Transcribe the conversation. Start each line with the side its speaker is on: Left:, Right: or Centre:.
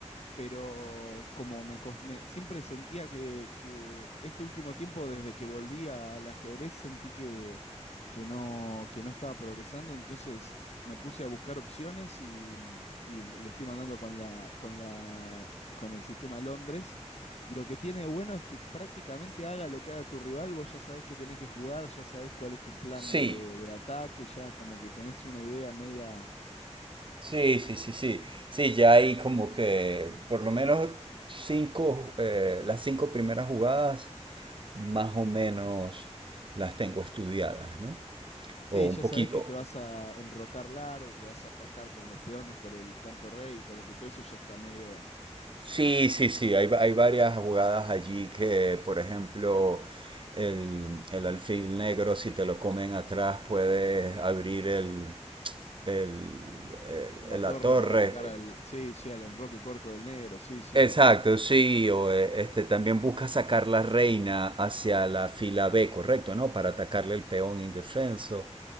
Left: pero como me, cos- me- siempre sentía que, que este último tiempo, desde que volví al ajedrez, sentí que, que no, que no estaba progresando, entonces me puse a buscar opciones y, mm, y le estoy mandando con la, con la, con el sistema Londres. Lo que tiene de bueno es que prácticamente haga lo que haga tu rival, vos ya sabés que tenés que jugar, ya sabés cuál es tu plan
Right: Sí,
Left: de, de ataque, ya como que tenés una idea media
Right: sí, sí, sí, sí. Sí, ya hay como que por lo menos cinco, eh, las cinco primeras jugadas más o menos las tengo estudiadas, ¿no?
Left: Sí,
Right: O un
Left: ya
Right: poquito.
Left: sabes que te vas a enrocar largo, que vas a atacar con los peones por el flanco rey, como que todo eso ya está medio
Right: Sí, sí, sí, hay, hay varias jugadas allí que, por ejemplo, el, el alfil negro, si te lo comen atrás, puedes abrir el, el,
Left: la
Right: el-
Left: torre
Right: la torre.
Left: para atacar al, sí, sí, al enroque corto del negro, sí, sí,
Right: Exacto,
Left: total.
Right: sí, o eh, este también busca sacar la reina hacia la fila B, correcto, ¿no? Para atacarle el peón indefenso.